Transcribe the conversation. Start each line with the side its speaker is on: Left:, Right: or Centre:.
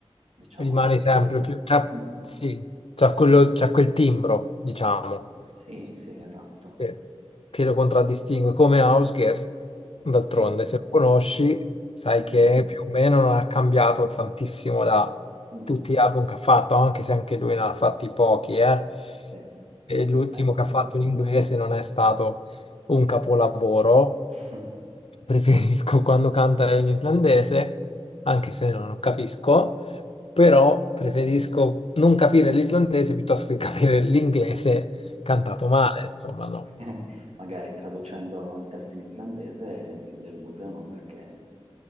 Right: diciamo
Left: Rimani
Right: che è più...
Left: sempre più, cioè,
Right: Mm,
Left: sì, c'ha quello- c'ha quel timbro, diciamo.
Right: Sì, sì, esatto.
Left: eh, che lo contraddistingue come Hausger. D'altronde,
Right: Sì,
Left: se lo conosci, sai
Right: mhm,
Left: che più o meno non ha cambiato tantissimo da
Right: mm,
Left: tutti gli album che ha fatto, anche se anche lui ne ha fatti pochi, eh.
Right: sì, è vero,
Left: E l'ultimo
Right: è ancora
Left: che ha fatto
Right: giovane.
Left: in inglese non è stato un capolavoro.
Right: <laughs>
Left: <laughs> Preferisco quando canta in islandese, anche se non lo capisco, però preferisco non capire l'islandese piuttosto che capire l'inglese cantato male, insomma, no.
Right: <laughs> Magari traducendo i testi in islandese ti delude, ma perché